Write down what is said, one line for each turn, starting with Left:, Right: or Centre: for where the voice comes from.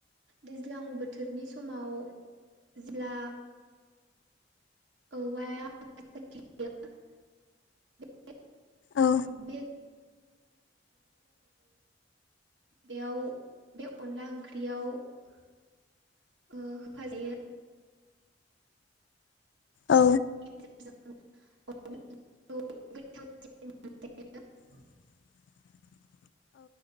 Right: दैज्लां बोथोरनि समाव जेब्ला औवाया <unintelligible> <unintelligible>
Left: औ
Right: बेयाव बे अनला ओंख्रियाव ओ होफाजायो
Left: औ
Right: <unintelligible>
Left: <unintelligible>